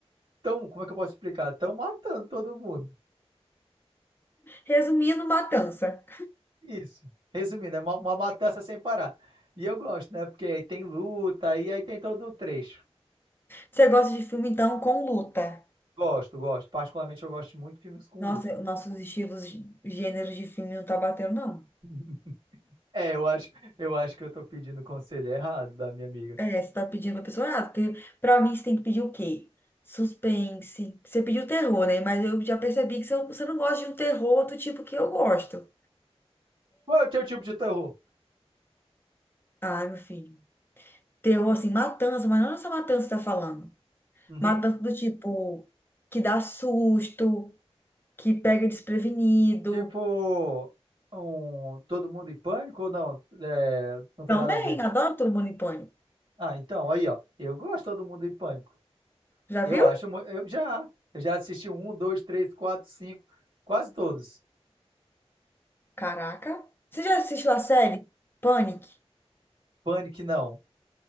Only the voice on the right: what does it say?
tão- como é que eu posso explicar? Estão matando todo mundo.
Isso. Resumindo, é uma, uma matança sem parar. E eu gosto, né? Porque aí tem luta e aí tem todo o trecho.
Gosto, gosto. Particularmente eu gosto muito de filmes com
luta.
<laughs> É, eu acho, eu acho que eu tô pedindo conselho errado da minha amiga.
Qual é o teu tipo de terror?
Uhum.
Tipo, um, Todo Mundo em Pânico ou não? É, não tem
nada a ver.
Ah, então, aí, ó. Eu gosto de Todo Mundo em Pânico.
Eu
acho, mu- eu já, eu já assisti um, dois, três, quatro, cinco, quase todos.
Panic, não.